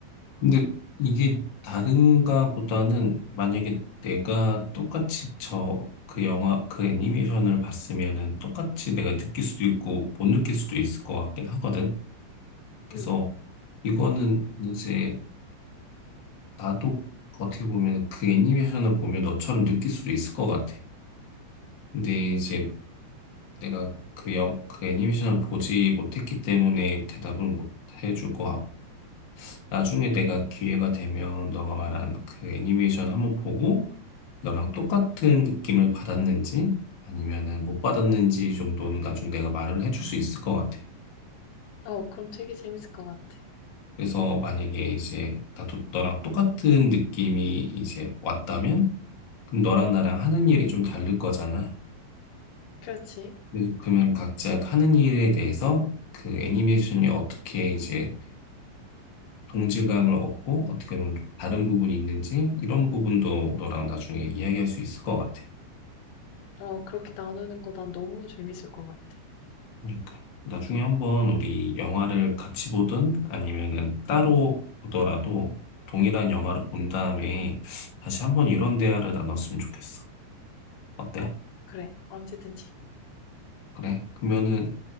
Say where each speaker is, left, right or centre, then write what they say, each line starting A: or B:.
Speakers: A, on the left (about 65°); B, on the left (about 80°).
A: 근데 이게 다른가 보다는 만약에 내가 똑같이 저 그 영화, 그 애니메이션을 봤으면은 똑같이 내가 느낄 수도 있고 못 느낄 수도 있을 것 같긴 하거든. 그래서
B: 응,
A: 이거는 이제 나도 어떻게 보면 그 애니메이션을 보면 너처럼 느낄 수도 있을 것 같아. 근데 이제 내가 그 영, 그 애니메이션을 보지 못했기 때문에 대답은 못 해줄 것 같고. 나중에 내가 기회가 되면 너가 말한 그 애니메이션 한번 보고 너랑 똑같은 느낌을 받았는지 아니면은 못 받았는지 정도는 나중에 내가 말을 해줄 수 있을 것 같아.
B: 응. 어, 그럼 되게 재밌을 것 같아.
A: 그래서 만약에 이제 나도 너랑 똑같은 느낌이 이제 왔다면 그럼 너랑 나랑 하는 일이 좀 다를 거잖아.
B: 그렇지.
A: 그래서 그러면 각자 하는 일에 대해서 그 애니메이션이 어떻게 이제 동질감을 얻고 어떻게 보면 좀 다른 부분이 있는지 이런 부분도 너랑 나중에 이야기할 수 있을 것 같아.
B: 어, 그렇게 나누는 거 난 너무 재밌을 것 같아.
A: 그러니까 나중에 한번 우리 영화를 같이 보든 아니면은 따로 보더라도 동일한 영화를 본 다음에 다시 한번 이런 대화를 나눴으면 좋겠어. 어때?
B: 어, 그래. 언제든지.
A: 그래? 그러면은